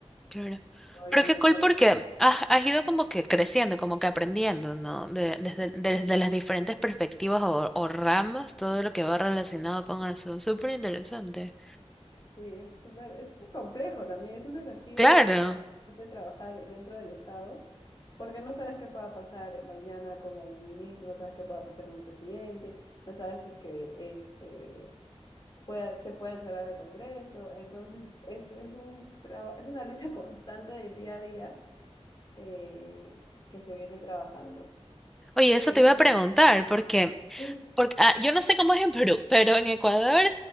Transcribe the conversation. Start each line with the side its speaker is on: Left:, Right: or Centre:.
Centre: claro.
Left: ¿no? Ella
Centre: Pero
Left: maneja,
Centre: qué cool porque
Left: el-
Centre: has, has ido como que creciendo, como que aprendiendo, ¿no? De- desde, desde las diferentes perspectivas o, o ramas, todo lo que va relacionado con eso. Súper interesante.
Left: sí, es súper, es súper complejo también, es un desafío
Centre: Claro.
Left: constante trabajar dentro del Estado. Porque no sabes qué pueda pasar mañana con algún ministro, no sabes qué pueda pasar con el presidente, no sabes si es que este, pueda- se puede cerrar el Congreso. Entonces, es, es un traba- es una lucha <laughs> constante del día a día eh, que se viene trabajando.
Centre: Oye, eso
Left: Tengo
Centre: te iba
Left: una...
Centre: a preguntar, porque
Left: Sí,
Centre: Porque, ah, yo no sé cómo es en Perú, pero en Ecuador